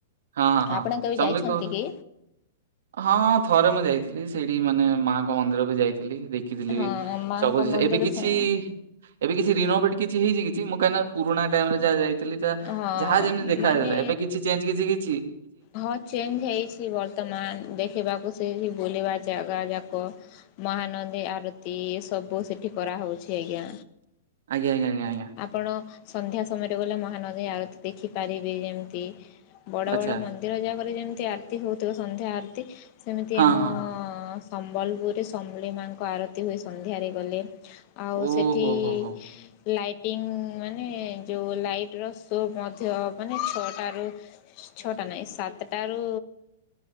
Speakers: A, on the right (about 75°); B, on the left (about 45°).
A: ହଁ ହଁ ହଁ
B: ଆପଣ କେବେ
A: ସମ
B: ଯାଇଛନ୍ତି
A: କହ
B: କି?
A: ହଁ ଥରେ ମୁଁ ଯାଇଥିଲି। ସେଇଠି ମାନେ ମାଙ୍କ ମନ୍ଦିର ବି ଯାଇ ଦେଖିଥିଲିବି
B: ହଁ ମାଙ୍କ ମନ୍ଦିର
A: ଏବେ କିଛି
B: ଶୁଣ
A: ସବୁ ଜିଣି ଏବେ କିଛି ରିନୋଭେଟ କିଛି ହେଇଛି କି? ମୁ କାଇଁ ନା ପୁରୁଣା ଟାଇମ ରେ ଯାହା ଯାଇଛି। ଥିଲ
B: ହଁ
A: ଯାହା ଯେମିତି ଦେଖାଥିଲା
B: ମାନେ
A: ଏବେ କିଛି ଚେଞ୍ଜ କିଛି କି?
B: ହଁ ଚେଞ୍ଜ ହେଇଛି ବର୍ତ୍ତମାନ ଦେଖିବାକୁ ସେଠି ବୁଲିବା ଯାକ ଲଗା ଯାକ ମହାନଦୀ ଆରତି ସବୁ ସେଠି କରାହେଉଛି ଆଜ୍ଞା।
A: ଆଜ୍ଞା ଆଜ୍ଞା ଆଜ୍ଞା ଆଜ୍ଞା
B: ଆପଣ ସନ୍ଧ୍ୟା ସମୟରେ ଗଲେ ମହାନଦୀ ଆର ଦେଖିପାରିବି ଯେମିତି ବଡ
A: ଆଚ୍ଛା।
B: ବଡ ମନ୍ଦିର ଯାହାକରି ଯେମତି ଆରତି ହଉଥିବ ସନ୍ଧ୍ୟା ଆରତି ସେମିତି
A: ହଁ
B: ଆମ
A: ହଁ
B: ସମ୍ବଲପୁରରେ ସମଲେଇ ମାଙ୍କ ଆରତୀ ହୁ ସନ୍ଧ୍ୟାରେ ଗଲେ। ଆଉ
A: ଓହୋ
B: ସେଠି
A: ହୋ ହୋ
B: ଲାଇଟ ଇଂ ମାନେ ଯୋଉ ଲାଇଫ୍ ର ସୋପ ମଧ୍ୟ ମାନେ ଛଅଟ ର ଛଅଟା ନାହିଁ ସାତଟାରୁ